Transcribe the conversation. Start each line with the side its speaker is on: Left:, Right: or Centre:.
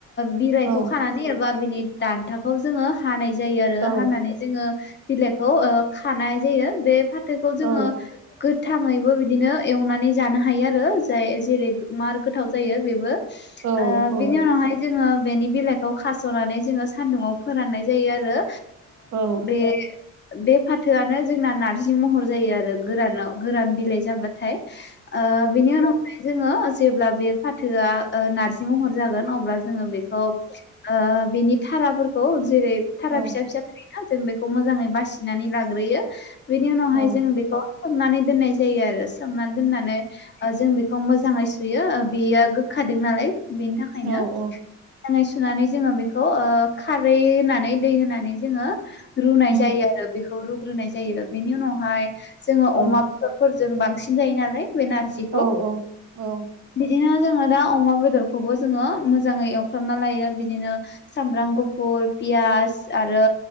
Left: बिरायखौ
Right: औ
Left: खानानै एबा बिनि दान्थाखौ जोङो हानाय जायो आरो
Right: औ
Left: हनानै जोङो बिलाइखौ खानाय जायो बे फा थोखौ जोङो
Right: औ
Left: गो थाङैबो बिदिनो एवनानै जानो हायो आरो जाय जेरै मार गोथाव जायो बेबो ओ
Right: औ औ
Left: बिनि उनावहाय जोङो बेनि बिलाइखौ खास'नानै जोङो सानदुङाव फोराननाय जायो आरो
Right: औ
Left: बे बे फाथोआनो जोंना नारजि महर जायो आरो गोरानाव गोरान बिलाइ जाबाथाय ओ बिनि उनावहाय जोङो जेब्ला बे फाथोआ ओ नारजि महर जागोन अब्ला जोङो बेखौ ओ बिनि थाराफोरखौ जेरै थारा
Right: औ
Left: फिसा फिसा थायोना जों बेखौ मोजाङै बासिनानै लाग्रोयो बेनि उनावहाय
Right: औ
Left: जों बेखौ सोमनानै दोननाय जायो आरो सोमनानै दोननानै जों बेखौ मोजाङै सुयो। बेयो गोखादों नालाय बेनि थाखायनो
Right: औ औ
Left: मोजाङै सुनानै जोङो बेखौ खारै होनानै दै होनानै जोङो। रुनाय
Right: उम
Left: जायो आरो बेखौ रुग्रोनाय जायो बेनि उनावहाय जोङो
Right: औ
Left: अमा बेदरफोर जों बांसिन जायो नालाय बे नारजिखौ
Right: औ औ औ।
Left: बिदिनो जोङो दा अमा बेदरखौबो जोङो मोजाङै एवफ्रामना लायो बिदिनो सामब्राम गुफुर पियास आरो